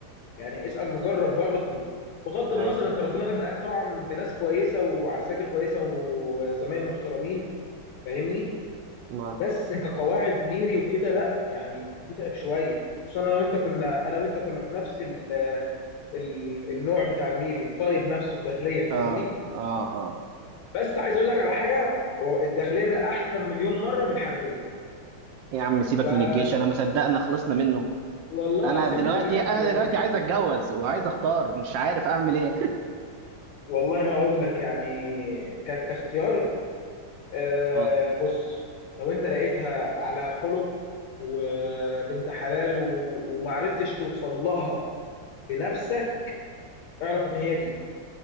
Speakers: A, on the left; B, on the right.
A: يعني اسأل مجرب برضه بغض النظر
B: ايوه
A: انت ربنا رزقك طبعا بناس كويسه وعساكر كويسه وزمايل محترمين فاهمني
B: ما
A: بس كقواعد ميري وكده لا يعني بتتعب شويه خصوصا انا وانت كنا انا وانت كنا في نفس ال ال النوع بتاع الميري الطيب نفسه الداخليه فاهمني
B: اه اه اه
A: بس عايز اقول لك على حاجه هو الداخليه ده احسن مليون مره من الحربيه
B: يا عم سيبك
A: ب-
B: من الجيش انا ما صدقنا خلصنا منه
A: والله
B: انا
A: العظيم
B: دلوقتي
A: بجد
B: انا
A: يعني
B: دلوقتي عايز اتجوز وعايز اختار مش عارف اعمل ايه
A: والله هقول لك يعني ك- كاختيار آه
B: <laughs> اه
A: بص لو انت لقيتها على خلق وبنت حلال و- ومعرفتش توصل لها بنفسك اعرف ان هي دي